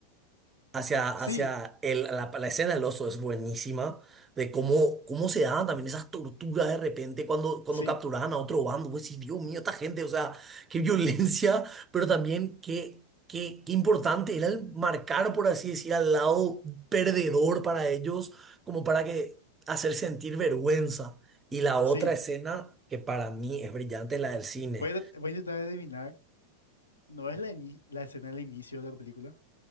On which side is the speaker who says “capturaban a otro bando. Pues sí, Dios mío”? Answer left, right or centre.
Right